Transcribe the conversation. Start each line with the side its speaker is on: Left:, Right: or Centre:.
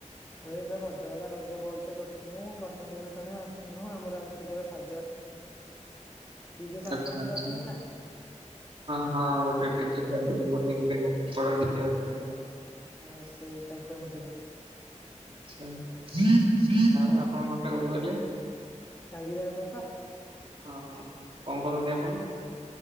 Left: ଏଇ ତ ରଜ ଗଲା ରଜ ଭଲସେ କରିଥିନୁ ବସାଣି ଫସାଣି ଆସିଥିନୁ ଆମର ଆ ଥିଲେ ସାଜନ ଡିଜେ ସାଜନ
Right: ଆଚ୍ଛା ଆଚ୍ଛା।
Left: କୁ ଯାଣିଛନ୍ତି ନା?
Right: ହଁ ହଁ ଗୋଟେ ଡିଜେ ସାଜନ ବୋଲି ଗୋଟେ ବଡ ଡିଜେ ଅଛି।
Left: ହଁ ସେଇ ତାଙ୍କୁ ଆଣିଥିନି
Right: ଆଛା ଆଉ ଆପଣଙ୍କ ଘରଟା କଉଠି କହିଲେ
Left: ତାଙ୍ଗୁରିଆ ବା ପା
Right: ହଁ ହଁ କଣ କରନ୍ତି ଆପଣ